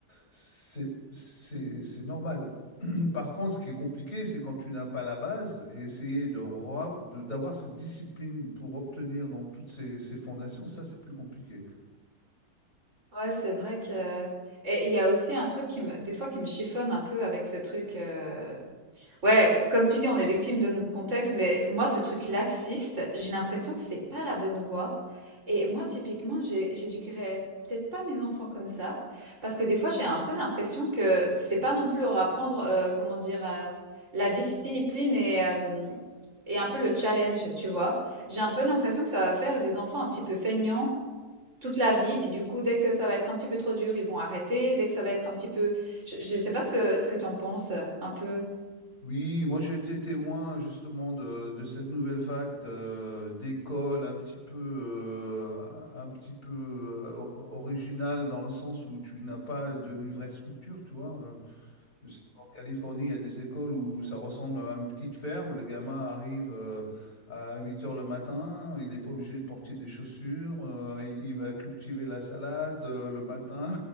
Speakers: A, on the left (about 50°); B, on the right (about 45°).
A: c'est, c'est, c'est normal. <clears throat> Par contre, ce qui est compliqué, c'est quand tu n'as pas la base et essayer de, ra- de- d'avoir cette discipline pour obtenir donc toutes ces, ces fondations, ça c'est plus compliqué.
B: Ouais, c'est vrai que et il y a aussi un truc qui me des fois qui me chiffonne un peu avec ce truc, euh, Ouais, co- comme tu dis, on est victime de notre contexte, mais moi, ce truc laxiste, j'ai l'impression que c'est pas la bonne voie. Et moi, typiquement, j'ai, j'éduquerais peut-être pas mes enfants comme ça, parce que des fois, j'ai un peu l'impression que c'est pas non plus leur apprendre, euh, comment dire, euh, la discipline et, euh, et un peu le challenge, tu vois. J'ai un peu l'impression que ça va faire des enfants un petit peu feignants toute la vie, puis du coup, dès que ça va être un petit peu trop dur, ils vont arrêter, dès que ça va être un petit peu... Je, je sais pas ce que, ce que t'en penses, euh, un peu.
A: Oui, moi j'ai été témoin justement de, de cette nouvelle vague de- d'écoles un petit peu, euh, un petit peu euh, originale dans le sens où tu n'as pas de- une vraie structure, tu vois. euh, Je sais qu'en Californie, il y a des écoles où ça ressemble à une petite ferme. Le gamin arrive euh, à 8 heures le matin, il n'est pas obligé de porter des chaussures, euh, il il va cultiver la salade euh, le matin.